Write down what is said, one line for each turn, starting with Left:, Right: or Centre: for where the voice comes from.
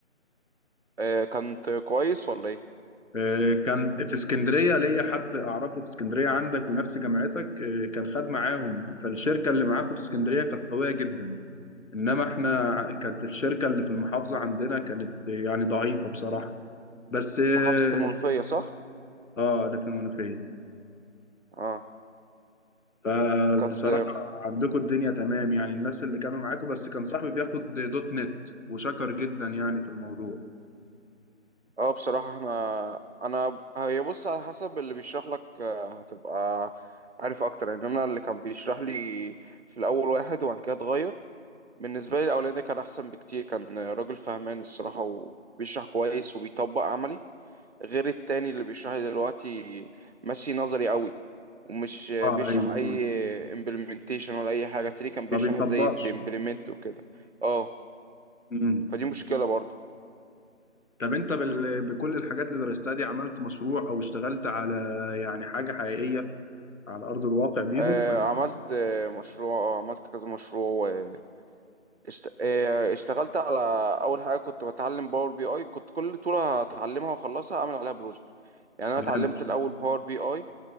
Right: آه كانت كويس ولا ايه
Left: آه كان في اسكندريه ليا حد اعرفه في اسكندريه عندك ونفس جامعتك آه كان خد معاهم فالشركه اللي معاكم في اسكندريه كانت قويه جدا انما احنا ع- كانت الشركه اللي في المحافظه عندنا كانت آه، يعني ضعيفه بصراحه بس اه
Right: محافظة المنوفية صح
Left: آه، انا في المنوفيه
Right: اه
Left: فبصراحة
Right: كانت
Left: عندكم الدنيا تمام يعني الناس اللي كانوا معاكم بس كان صاحبي بياخد دوت نت وشكر جدا يعني في الموضوع
Right: اه بصراحة احنا انا هي بص على حسب اللي بيشرح لك آه، هتبقى عارف اكتر يعني انا اللي كان بيشرح لي في الاول واحد وبعد كده اتغير بالنسبة لي الاولاني ده كان احسن بكتير كان راجل فهمان الصراحة وبيشرح كويس وبيطبق عملي غير التاني اللي بيشرح لي دلوقتي ماشي نظري قوي ومش
Left: اه
Right: بيشرح
Left: ايوه
Right: اي
Left: آه.
Right: implementation ولا اي حاجه التاني كان بيشرح
Left: ما بيطبقش
Right: ازاي تimplement وكده اه
Left: امم
Right: فدي مشكله برضو
Left: طب انت بال... بكل الحاجات اللي درستها دي عملت مشروع او اشتغلت على يعني حاجة حقيقية في... على أرض الواقع بيهم
Right: آه
Left: ولا
Right: عملت آه، مشروع آه، عملت كذا مشروع آه، اشت... آه، اشتغلت على اول حاجه كنت بتعلم باور بي اي كنت كل طوله هتعلمها واخلصها اعمل عليها بروجكت يعني انا
Left: جامد
Right: اتعلمت الاول باور بي اي